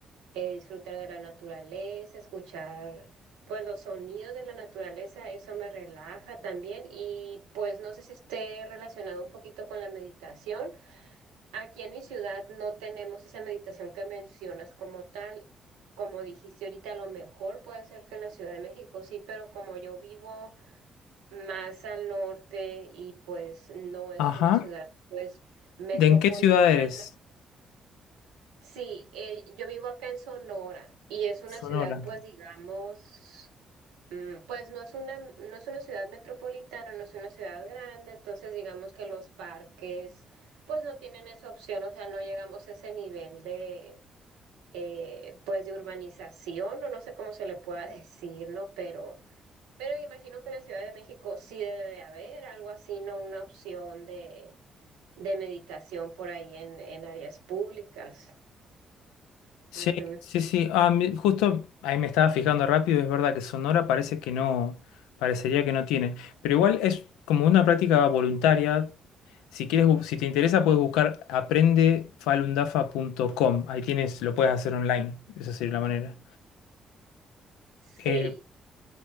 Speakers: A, on the right; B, on the left.
A: eh, disfrutar de la naturaleza, escuchar pues los sonidos de la naturaleza, eso me relaja también y pues no sé si esté relacionado un poquito con la meditación. Aquí en mi ciudad no tenemos esa meditación que mencionas como tal. Como dijiste ahorita, a lo mejor puede ser que en la Ciudad de México sí, pero como yo vivo más al norte y pues no es
B: Ajá.
A: una ciudad pues metropolitana,
B: ¿De en qué ciudad eres?
A: Sí, eh, yo vivo acá en Sonora y es una
B: Sonora.
A: ciudad, pues digamos, mm, pues no es una, no es una ciudad metropolitana, no es una ciudad grande, entonces digamos que los parques, pues no tienen esa opción, o sea, no llegamos a ese nivel de, eh, pues de urbanización, o no sé cómo se le pueda <laughs> decir, ¿no? Pero, pero imagino que en la Ciudad de México sí debe de haber algo así, ¿no? Una opción de, de meditación por ahí en, en áreas públicas.
B: Sí,
A: Ujú.
B: sí, sí. Ah, mi- justo ahí me estaba fijando rápido, es verdad que Sonora parece que no, parecería que no tiene. Pero igual es como una práctica voluntaria. Si quieres, bu- si te interesa, puedes buscar aprendefalundafa.com. Ahí tienes, lo puedes hacer online. Esa sería la manera. Eh,
A: Sí,